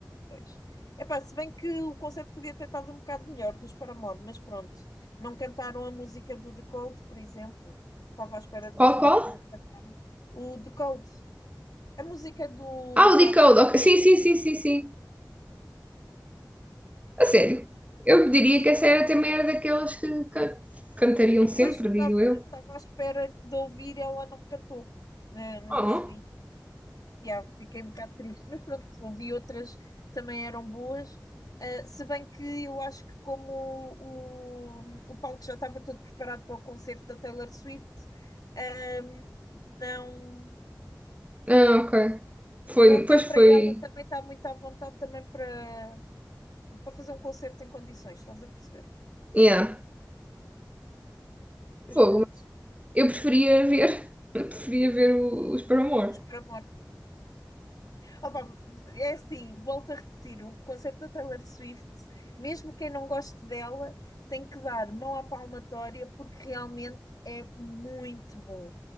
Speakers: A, on the left; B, on the right.
A: Pois. Epá, se bem que o concerto podia ter estado um bocado melhor dos Paramore, mas pronto, não cantaram a música do The Cold, por exemplo. Estava à espera de
B: Qual,
A: ouvir.
B: qual?
A: não can- O The Cold, a música do
B: Ah, o
A: Twilight.
B: Decode, ok. Sim, sim, sim, sim,
A: Sim.
B: sim. A sério, eu diria
A: Sim,
B: que essa era
A: não
B: também
A: tocaram.
B: era daquelas que ca- cantariam sempre,
A: pois estava
B: digo eu.
A: estava à espera de ouvir e ela não cantou. Eh, Não
B: Oh.
A: percebi. Yeah, fiquei um bocado triste. Mas pronto, ouvi outras que também eram boas. Eh, se bem que eu acho que como o, o, o palco já estava todo preparado para o concerto da Taylor Swift, ehm, não,
B: Ah, ok. Foi,
A: não deu
B: pois
A: para
B: foi.
A: ela também estar muito à vontade também para, para fazer um concerto em condições, estás a perceber?
B: Yeah,
A: Mas
B: fogo.
A: pronto,
B: Eu preferia ver, <laughs> eu preferia ver o- os Paramore.
A: os Paramore. Opa, é assim, volto a repetir, o concerto da Taylor Swift, mesmo quem não goste dela, tem que dar mão à palmatória porque realmente é muito bom.